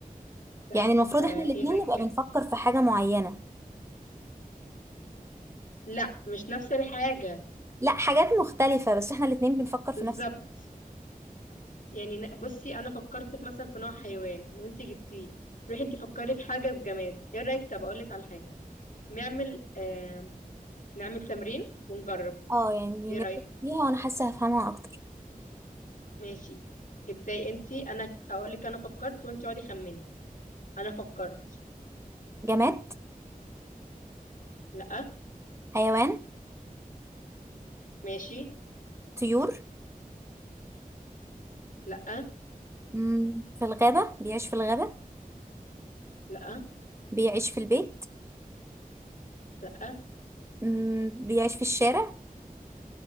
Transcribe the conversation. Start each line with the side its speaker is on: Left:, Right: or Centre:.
Left: بس
Right: يعني المفروض
Left: فا
Right: احنا الاتنين
Left: ايه رأيك
Right: نبقى
Left: كده؟
Right: بنفكر في حاجة معينة
Left: لا مش نفس الحاجة
Right: لا حاجات مختلفة بس احنا الاتنين بنفكر
Left: بالظبط
Right: في نفس
Left: يعني ن- بصي انا فكرت في مثلا في نوع حيوان وانتي جبتيه روحي انتي فكري في حاجة في جماد ايه رأيك طب اقولك على حاجة نعمل آه نعمل تمرين ونجرب
Right: اه يعني
Left: ايه
Right: نبدأ
Left: رأيك
Right: فيها وانا حاسة هفهمها اكتر
Left: ماشي ابداي انتي انا اقولك انا فكرت وانتي اقعدي خمني انا فكرت
Right: جماد
Left: لا
Right: حيوان
Left: ماشي
Right: طيور
Left: لا
Right: مم، في الغابة بيعيش في الغابة
Left: لا
Right: بيعيش في البيت
Left: لا
Right: مم، بيعيش في الشارع